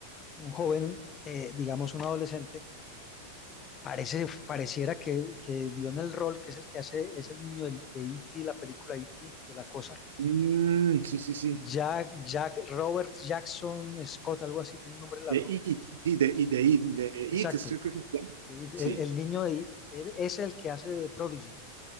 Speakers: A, on the left; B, on the right.
A: un joven, eh, digamos un adolescente, parece, pareciera que, que dio en el rol, que es el que hace, es el niño del- de E.T., la película E.T., de la cosa.
B: Mm, sí, sí, sí.
A: Jack, Jack, Robert Jackson Scott, algo así, tiene un nombre largo.
B: De It, sí, de It, de It, de
A: Exacto,
B: It, es que creo que se llama.
A: de It,
B: Sí,
A: el, el niño de It, él es el que hace de Prodigy.